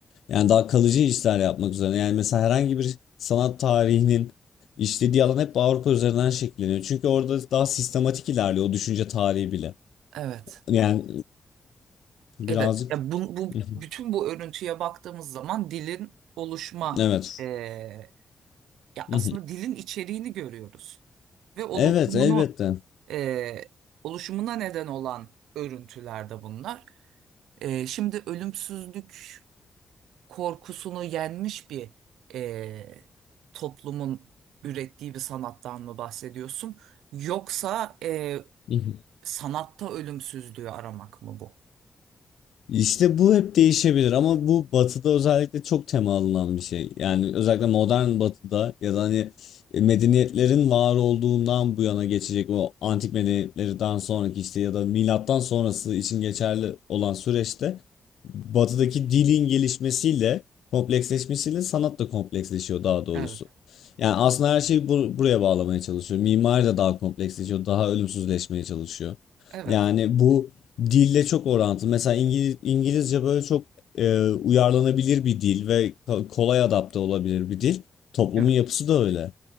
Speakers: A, on the left (about 80°); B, on the right (about 85°).
A: Yani daha kalıcı işler yapmak üzere. Yani mesela herhangi bir sanat tarihinin işlediği alan hep Avrupa üzerinden şekilleniyor. Çünkü orada daha sistematik ilerliyor o düşünce tarihi bile.
B: Evet.
A: Yani birazcık
B: Evet, ya bu, bu
A: <laughs>
B: bütün bu örüntüye baktığımız zaman dilin oluşma
A: evet.
B: eee, ya
A: <laughs>
B: aslında dilin içeriğini görüyoruz ve oluşumunu
A: Evet elbette.
B: eee, oluşumuna neden olan örüntülerde bunlar. Eee, şimdi ölümsüzlük korkusunu yenmiş bir eee, toplumun ürettiği bir sanattan mı bahsediyorsun? Yoksa eee,
A: <laughs>
B: sanatta ölümsüzlüğü aramak mı bu?
A: İşte bu hep değişebilir ama bu batıda özellikle çok temalanan bir şey. Yani özellikle modern batıda ya da hani e, medeniyetlerin var olduğundan bu yana geçecek o antik medeniyetlerden sonraki işte ya da milattan sonrası için geçerli olan süreçte batıdaki dilin gelişmesiyle kompleksleşmesiyle sanat da kompleksleşiyor daha doğrusu.
B: Evet,
A: Yani aslında her şeyi bu- buraya bağlamaya çalışıyor. Mimari de daha kompleksleşiyor, daha ölümsüzleşmeye çalışıyor.
B: evet,
A: Yani bu Dille çok orantılı. Mesela İngiliz, İngilizce böyle çok e, uyarlanabilir bir dil ve ko- kolay adapte olabilir bir dil. Toplumun
B: evet.
A: yapısı da öyle.